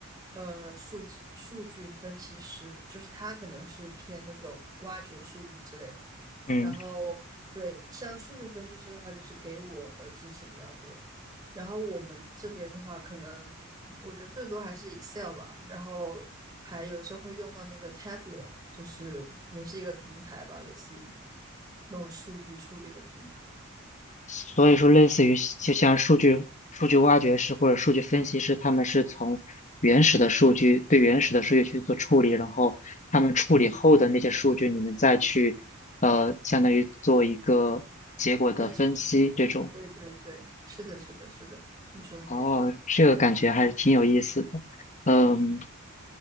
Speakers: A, on the right (about 20°); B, on the left (about 35°).
A: 呃数据数据分析师，就是他可能是偏那种挖掘数据之类的。
B: 嗯，
A: 然后对，像数据分析师的话，就是给我的支持比较多。然后我们这边的话，可能我觉得最多还是 Excel 吧，然后还有时候会用到那个 Tableau，就是也是一个平台吧，类似于那种数据处理的平台。
B: 所以说类似于就像数据数据挖掘师或者数据分析师，他们是从原始的数据对原始的数据去做处理，然后他们处理后的那些数据，你们再去呃，相当于做一个结果的分析这种。
A: 但是，对对对，是的，是的，是的，你说的没错。
B: 哦，这个感觉还是挺有意思的。嗯，